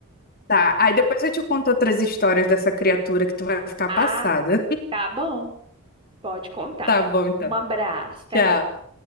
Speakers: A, on the left; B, on the right.
A: Tá. Aí depois eu te conto outras histórias dessa criatura que tu vai ficar
B: Ah,
A: passada. <laughs>
B: tá bom. Pode contar.
A: Tá bom, então.
B: Um abraço, até
A: Tchau.
B: mais.